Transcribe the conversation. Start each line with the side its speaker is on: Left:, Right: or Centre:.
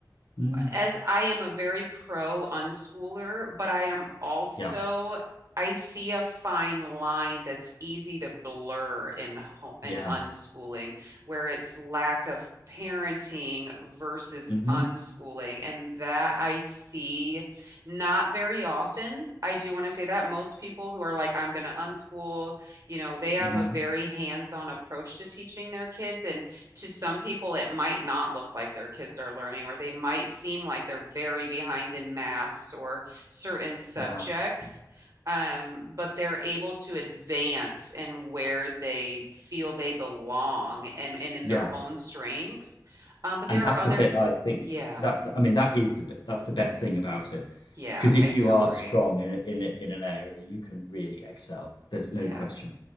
Left: Mm,
Right: as I am a very pro unschooler, but I am also
Left: yeah.
Right: I see a fine line that's easy to blur in ho-
Left: Yeah.
Right: in unschooling, where it's lack of parenting versus
Left: hmm
Right: unschooling, and that I see not very often. I do want to say that most people who are like, I'm going to unschool, you know, they have
Left: hmm
Right: a very hands-on approach to teaching their kids, and to some people, it might not look like their kids are learning, or they might seem like they're very behind in maths or certain subjects.
Left: Yeah.
Right: Um, but they're able to advance in where they feel they belong and, and in
Left: Yeah.
Right: their own strengths. Um, but
Left: And
Right: there
Left: that's
Right: are other,
Left: the bit I
Right: p-
Left: think
Right: yeah,
Left: that's the, I mean that is the that's the best thing about it.
Right: yeah,
Left: because if
Right: I do
Left: you are
Right: agree.
Left: strong in a, in a, in an area, you can really excel. There's
Right: Yeah.
Left: no question,